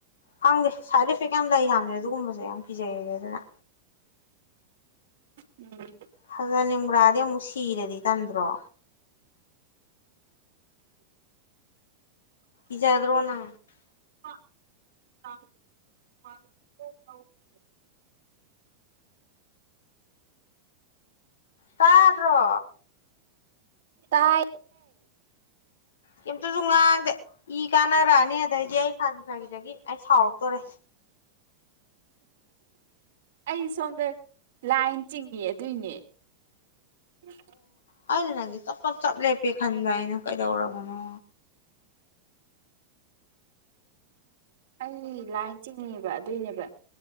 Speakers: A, on the left (about 65°); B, on the right (about 60°).
A: ꯈꯪꯗꯦ ꯁꯥꯏꯠ ꯏꯐꯦꯛ ꯌꯥꯝ ꯂꯩ ꯍꯥꯃꯦ ꯑꯗꯨꯒꯨꯝꯕꯁꯨ ꯌꯥꯝ ꯀꯤꯖꯩꯔꯦ ꯑꯗꯨꯅ
B: ꯎꯝ
A: ꯐꯖꯅꯤꯡꯕ꯭ꯔꯥꯗꯤ ꯑꯃꯨꯛ ꯁꯤꯔꯗꯤ ꯇꯟꯗ꯭ꯔꯣ ꯏꯖꯥꯗꯔꯣꯅ
B: <inaudible>
A: ꯇꯥꯗ꯭ꯔꯣ
B: ꯇꯥꯏ
A: ꯀꯝꯇꯁꯨ ꯉꯥꯡꯗꯦ ꯏ ꯀꯥꯟꯅꯔꯛꯑꯅꯤ ꯑꯗꯩꯗꯤ ꯑꯩ ꯐꯥꯒꯤ ꯐꯥꯒꯤꯗꯒꯤ ꯑꯩ ꯁꯥꯎꯔꯛꯇꯣꯔꯦ
B: ꯑꯩ ꯁꯣꯝꯗ ꯂꯥꯏꯟ ꯆꯤꯡꯉ ꯑꯗꯨꯏꯅꯦ ꯎꯝ
A: ꯍꯥꯏꯗ ꯅꯪꯗꯤ ꯆꯞ ꯆꯞ ꯆꯞ ꯂꯦꯞꯄꯦ ꯈꯟꯕ ꯍꯥꯏꯅ ꯀꯩꯗꯧꯔꯕꯅꯣ
B: ꯑꯩꯒꯤ ꯂꯥꯏꯟ ꯆꯤꯡꯉꯕ ꯑꯗꯨꯏꯅꯦꯕ